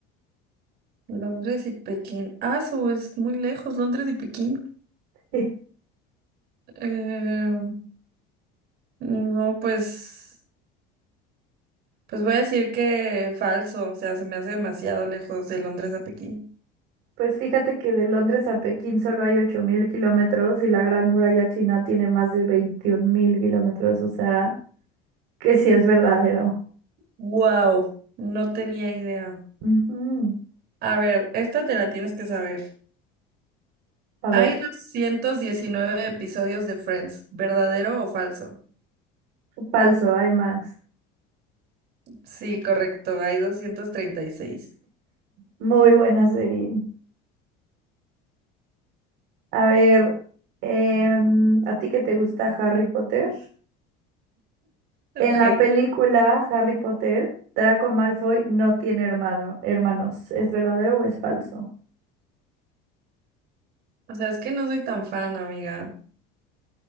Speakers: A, on the right; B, on the right.
A: Londres y Pekín. Ah, su es muy lejos, Londres y Pekín.
B: <laughs>
A: Eh, no, pues. Pues voy a decir que falso, o sea, se me hace demasiado lejos de Londres a Pekín.
B: Pues fíjate que de Londres a Pekín solo hay 8.000 kilómetros y la Gran Muralla China tiene más de 21.000 kilómetros, o sea, que sí es verdadero.
A: Wow, no tenía idea.
B: Ujú.
A: A ver, esta te la tienes que saber.
B: A
A: Hay
B: ver,
A: 219 episodios de Friends, ¿verdadero o falso?
B: falso, hay más.
A: Sí, correcto, hay 236.
B: Muy buena serie. A ver, em, ¿a ti qué te gusta Harry Potter?
A: Ok.
B: En la película Harry Potter, Draco Malfoy no tiene hermano, hermanos. ¿Es verdadero o es falso?
A: O sea, es que no soy tan fan, amiga.